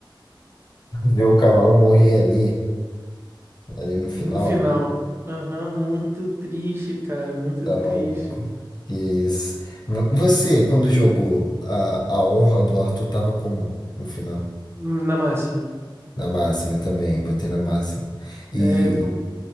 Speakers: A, on the left; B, on the right.
A: Ver o cavalo morrer ali, ali no final,
B: no final? Aham, muito triste, cara. Muito
A: tá
B: triste.
A: maluco. Que isso. Vo- Você, quando jogou, a, a honra do Arthur tava como no final?
B: Hum, Na máxima.
A: Na máxima eu também, botei na máxima. E
B: É,